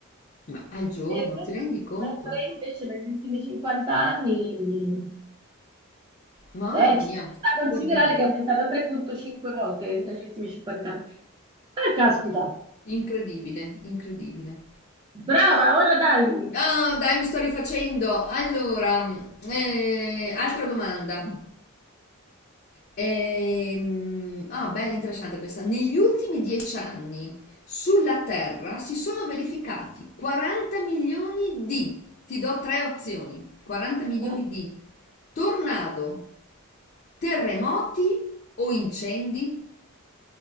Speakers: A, on the left; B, on the right.
A: Ma al giorno,
B: E men-
A: ti rendi conto?
B: mentre invece negli ultimi 50 anni, mh,
A: Mamma
B: è
A: mia,
B: da considerare
A: terribile.
B: che è aumentata 3,5 volte negli ultimi 50 anni. Ah, caspita!
A: Incredibile, incredibile.
B: Brava, ora dai!
A: Ah, dai, mi sto rifacendo. Allora, eh, altra domanda. Ehm, ah, bella, interessante questa. Negli ultimi dieci anni sulla Terra si sono verificati 40 milioni di, ti do tre opzioni, 40 milioni
B: Mm.
A: di tornado, terremoti o incendi?